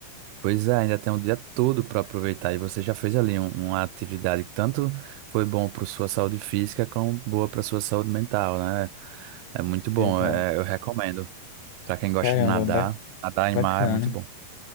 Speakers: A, on the right (about 85°); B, on the left (about 80°).
A: Pois é, ainda tem um dia todo para aproveitar e você já fez ali um- uma atividade que tanto foi bom para sua saúde física como boa para sua saúde mental, né? É muito bom,
B: Exato.
A: é, eu recomendo. Para quem gosta
B: Caramba,
A: de nadar,
B: ba-
A: nadar em
B: bacana.
A: mar é muito bom.